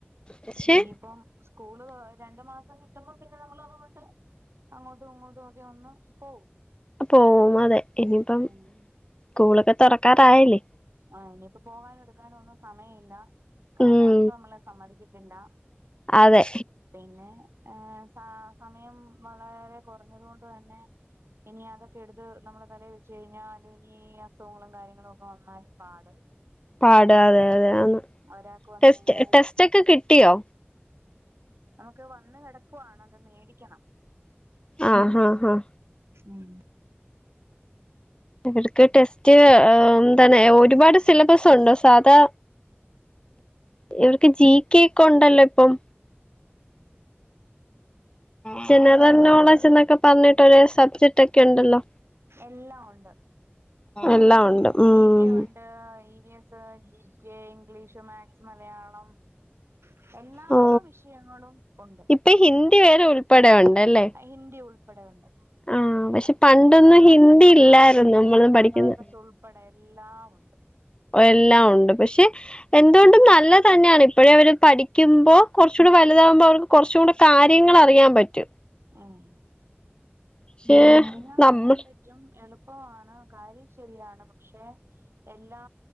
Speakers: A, on the left; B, on the right.
A: പക്ഷെ
B: ഇനിയിപ്പം സ്കൂള് രണ്ടു മാസം കിട്ടുമ്പോ പിന്നെ നമ്മൾ ട്ട് അങ്ങോട്ടും ഇങ്ങോട്ടും ഒക്കെ ഒന്ന് പോവും
A: പോവും അതെ ഇനിയിപ്പം
B: ഉം
A: സ്കൂളൊക്കെ തുറക്കാറായല്ലേ
B: ആ ഇനിയി ഇപ്പോ പോകാനും എടുക്കാനോ ഒന്നും സമയമ ഇില്ല കാലാവസ്ഥ
A: ഉം
B: നമ്മളെ സമ്മതിക്കത്തില്ല
A: അതെ
B: പിന്നെ ഏ സ സമയം വളരെ കുറഞ്ഞത് കൊണ്ട് തന്നെ ഇനി അതൊക്കെ എടുത്ത് നമ്മള തല വെച്ച് കഴിഞ്ഞാല് ഇനി അസുഖങ്ങളും കാര്യങ്ങളും ഒക്കെ വന്നാലും പാട്
A: പാട് അതെ അതെന്ന്
B: ഒരാൾക്ക് വന്ന്
A: ടെസ്റ്റ്
B: കഴിഞ്ഞാല്
A: ടെസ്റ്റ ഒക്കെ കിട്ടിയോ
B: നമുക്ക് വന്ന് കിടക്കുവാണ് അത് മേടിക്കണം
A: ആഹ ആഹ ആഹ
B: ഉം
A: ഇടക്ക് ടെസ്റ്റ് തനി ഒരുപാട് സിലബസ ഉണ്ടോ സാധാ ഇവർക്ക് ജി കെ ഒക്കെ ഉണ്ടല്ലോ ഇപ്പം ജനറൽ നോളജ് എന്നൊക്കെ പറഞ്ഞിട്ട് ഒരു സബ്ജക്ട് ഒക്കെ ഉണ്ടല്ലോ
B: എല്ലാം ഉണ്ട്
A: എല്ലാം ഉണ്ട്
B: ജി
A: ഉം
B: കെ ഉണ്ട് E V S GK English maths Malayalam എല്ലാ
A: ഓ
B: വിഷയങ്ങളും ഉണ്ട്
A: ഇപ്പൊ ഹിന്ദി വേറെ ഉൾപ്പെടെ ഉണ്ടല്ലേ
B: ഹിന്ദി ഉൾപ്പെടെ ഉണ്ട്
A: ആഹ് പക്ഷെ പണ്ടൊന്നും
B: എല്ലാം
A: ഹിന്ദി ഇല്ലായിരുന്നു
B: അബാകസ്
A: നമ്മളൊന്നും പഠിക്കുന്ന
B: അബാകസ് ഉൾപ്പെടെ എല്ലാം ഉണ്ട്
A: എല്ലാം ഉണ്ട് പക്ഷെ എന്തുകൊണ്ടും നല്ലത് തന്നെയാണ് ഇപ്പോഴേ അവര് പഠിക്കുമ്പോ കുറച്ച കൂടി വലുതാകുമ്പോ അവർക്ക് കുറച്ചും കൂടി കാര്യങ്ങൾ അറിയാൻ പറ്റും
B: ഉം
A: പക്ഷെ
B: കാര്യങ്ങൾ
A: നമ്മൾ
B: അറിയാൻ പറ്റും എളുപ്പമാണ് കാര്യം ശരിയാണ് പക്ഷെ എല്ലാ